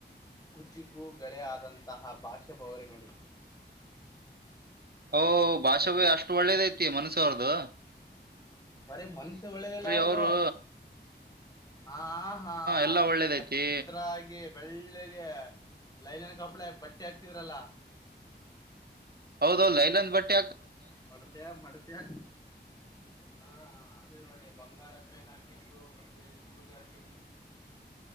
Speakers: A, on the left (about 20°); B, on the right (about 60°).
A: ಕುಚಿಕೂ ಗಳೆ ಆದಂತಹ ಭಾಷ್ಯ ಬವ್ರೇ ನೋಡಿ
B: ಓ ಭಾಷೆ ಅಷ್ಟು ಒಳ್ಳೇದೈತಿ ಮನಸ್ಯ ಅವ್ರದುು
A: ಬರಿೀ ಮನ್ಸ ಒಳ್ಳೇದಿಲ್ಲ ಅವಾರದುು
B: ಅವರು
A: ಹ ಹಾ
B: ಎಲ್ಲ ಒಳ್ಳೇದೈತಿ
A: ಎತ್ತಾಗಿ ಬೆಳ್ಳಗೆ ಲೈಲನ್ ಕಪ್ಳ ಬಟ್ಟೆ ಹಾಕ್ತಿದ್ರಲ್ಲ
B: ಹೌದೌಲ್ಲ ಇಲಂದ ಬೆಾಕ
A: ಮಡ್ಸ ಮಸ್ಯಾ ಹ ರಾಯ ಹಾಕು ಮೆ ಶೂಸ್ ಹಾಕು